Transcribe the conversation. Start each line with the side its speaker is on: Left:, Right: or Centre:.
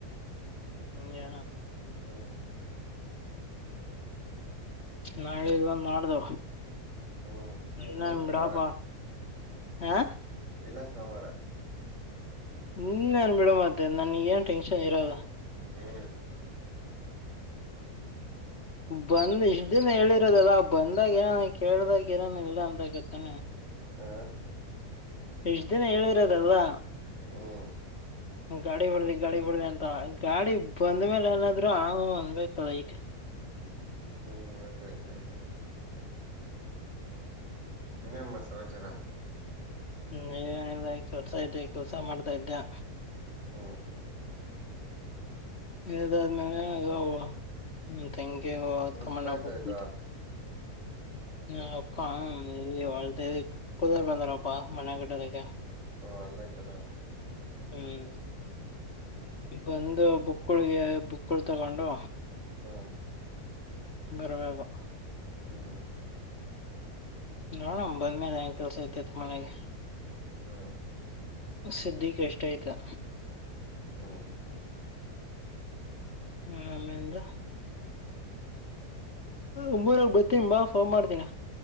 Left: ಹ್ಮ್ ಗ್ಯ
Right: ಹ್ಮ
Left: ನಾಳೆ ಇಲ್ಲ ನಾಡ್ದ
Right: ಹ್ಮ್
Left: ಇನ್ನೇನ್
Right: ಇಲ್ಲ ಸೋಮವಾರ
Left: ಬೀಡಾಪಾ ಹಾ
Right: ಇಲ್ಲಾ ಸೋಮರ
Left: ಹನೆನ್ ಬಿಡೋ ಮತ್ತ ನನ್ಗ ಏನ್ ಟೆನ್ಷನ್ ಇರಲ್ಲ
Right: ಹ್ಮ
Left: ಬಂದ್ ಇಷ್ಟ ದಿನ ಹೇಳಿರೋದಲ್ಲ ಬಂದಾಗ ಏನನ ಕೇಳ್ದಾಗ ಏನನ ಇಲ್ಲ ಅಂದಾಗ ತಾನೇ
Right: ಆ
Left: ಇಷ್ಟ ದಿನ ಹೇಳಿರೋದಲ್ವಾ
Right: ಹ್ಮ್ಮ್ ಹ್ಮ್
Left: ಗಾಡಿ ಬಿಡ್ರಿ ಗಾಡಿ ಬಿಡ್ರಿ ಅಂತ ಗಾಡಿ ಬಂದ್ಮೇಲೆ ಏನಾದ್ರು ಹ ಹ್ಮು ಅಂದಬೇಕಲ್ಲ ಇಟ್
Right: ಹ ಆಯ್ತ ಆಯ್ತು ಇನೇನ ಮತ್ ಮಸಚಾರ
Left: ಇನ್ನೆನಿಲ್ಲ ಕೆಲ್ಸ ಇದೆ ಕೆಲ್ಸ ಮಾಡ್ತಾ ಇದ್ದ್ಯಾ
Right: ಹ್ಮು
Left: ಇದಾದ್ಮೇಲೆ ಇದು ಅ ತಂಗಿ ದು
Right: ನಿಮ್
Left: ತಮ್ಮ
Right: ಅಪ್ಪ
Left: ನ ಒಬ್ಬ
Right: ಎತ್ತೋಯ್ತು
Left: ಕುಂತ್ ಹ ಅಪ್ಪ ಎಲ್ಲಿ ಕುದುರ್ ಬಂದಾರಪ್ಪಾ ಮನೆ ಕಟ್ಟೋದಕ್ಕೆ
Right: ಓ ಅಲ್ಲಯ್ತಾನ
Left: ಹ್ಮ್
Right: ಹ್ಮ್
Left: ಇದು ಬಂದು ಬುಕ್ಕಗಳಿಗೆ ಬುಕ್ಕಗಳು ತೊಗೊಂಡು
Right: ಹಾ
Left: ಬರ್ಬೇಕು
Right: ಹ್ಮ್
Left: ನೋಡಮ್ ಬಂದ್ಮೇಲೆ ಏನ್ ಕೆಲ್ಸ ಐತೆತ್ತು ಮನೆಗೆ
Right: ಹಾ
Left: ಸದ್ದಿಗ ಇಷ್ಟ ಆಯ್ತಾ
Right: ಹ್ಮ್
Left: ಹ ಆಮೇದ ಒಂಬರಾಗ ಬತ್ತೀಂಬಾ ಫೋನ್ ಮಾಡ್ತೀನ